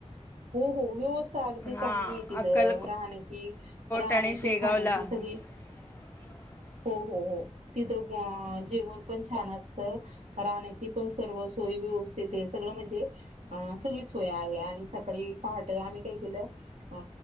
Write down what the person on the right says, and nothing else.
हो हो. व्य अगदी
चांगली आहे तिथं
राहण्याची राहण्याची,
खाण्याची सगळी
हो हो हो. तिथं जेवण पण छान असत राहण्याची पण सर्व सोय व्यवस्थित आहे सगळं म्हणजे सगळी सोय आहे. आ सकाळी पहाट आम्ही काही केलं अ